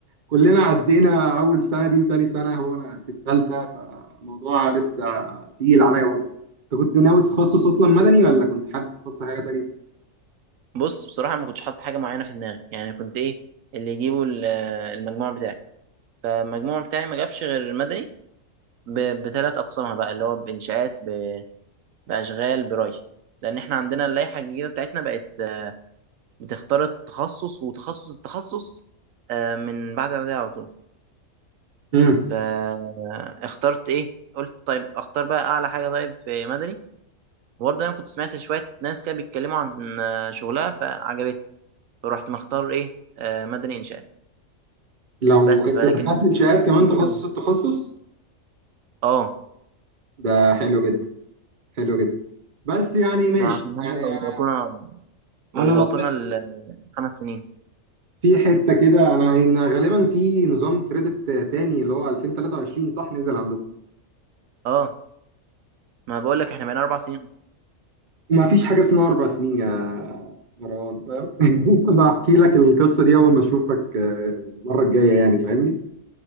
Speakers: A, on the right; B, on the right.
A: كلنا عدينا أول سنة دي وتاني سنة هو أنا في الثالثة فالموضوع لسه تقيل عليا برضه أنت كنت ناوي تخصص أصلا مدني ولا كنت حابب تخصص حاجة تانية؟
B: بص بصراحه ما كنتش حاطط حاجه معينه في دماغي يعني كنت ايه اللي يجيبوا ال- المجموع بتاعي فالمجموع بتاعي ما جابش غير المدني ب- بثلاث أقسامها بقى اللي هو بإنشاءات ب- بأشغال بري لأن إحنا عندنا اللائحة الجديدة بتاعتنا بقت آه، بتختار التخصص وتخصص التخصص آه، من بعد إعدادية على طول
A: مم.
B: فاخترت إيه؟ قلت طيب أختار بقى أعلى حاجة طيب في مدني وبرضه أنا كنت سمعت شوية ناس كده بيتكلموا عن آه، شغلها فعجبتني فرحت مختار إيه؟ آه، مدني إنشاءات
A: لو
B: بس
A: أنت
B: فلكن
A: دخلت إنشاءات كمان
B: مش
A: تخصص
B: أوي.
A: التخصص
B: اه
A: ده حلو جدا حلو جدا بس يعني ماشي
B: ما عشان هم
A: يعني
B: بقوا
A: أنا
B: يضغطونا بقوا
A: أنا
B: يضغطونا
A: نصيحتي
B: الخمس سنين
A: في حتة كده انا إن غالبا في نظام كريدت تاني اللي هو 2023 صح نزل عندكم
B: اه ما بقول لك احنا بقينا اربع سنين
A: ما فيش حاجة اسمها أربع سنين يا مروان فاهم <laughs> بحكي لك القصة دي أول ما أشوفك آه، المرة الجاية يعني فاهمني